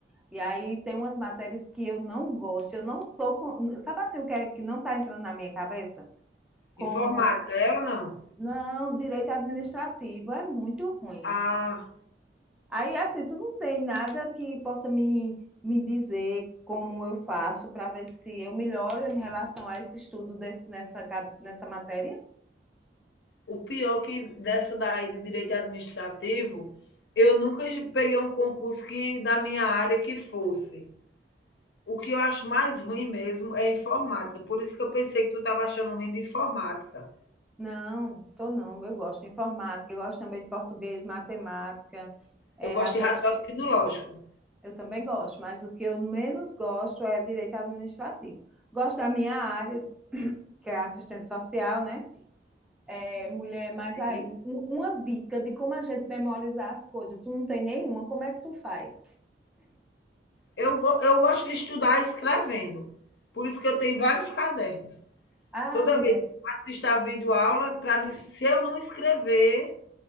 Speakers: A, in the centre; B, on the left.
A: E aí tem umas matérias que eu não gosto, eu não tô com... Sabe assim o que é que não está entrando na minha cabeça? Como,
B: Informática, é ou não?
A: não, direito administrativo é muito ruim.
B: Ah,
A: Aí, assim, tu não tem nada que possa me, me dizer como eu faço para ver se eu melhoro em relação a esse estudo desse, nessa, ca- nessa matéria?
B: o pior que dessa daí de direito administrativo, eu nunca peguei um concurso que da minha área que fosse. O que eu acho mais ruim mesmo é informática. Por isso que eu pensei que tu estava achando ruim de informática.
A: Não, tô não. Eu gosto de informática, eu gosto também de português, matemática, é,
B: Eu gosto
A: raciocínio
B: de raciocínio lógico.
A: Eu também gosto, mas o que eu menos gosto é direito administrativo. Gosto da minha área, que é assistente social, né? É, mulher, mas
B: Sim.
A: aí, um- uma dica de como a gente memorizar as coisas. Tu não tem nenhuma, como é que tu faz?
B: Eu go eu gosto de estudar escrevendo, por isso que eu tenho vários cadernos.
A: Ah,
B: Toda
A: mulher,
B: vez que eu assisto a videoaula, para mim, se eu não escrever,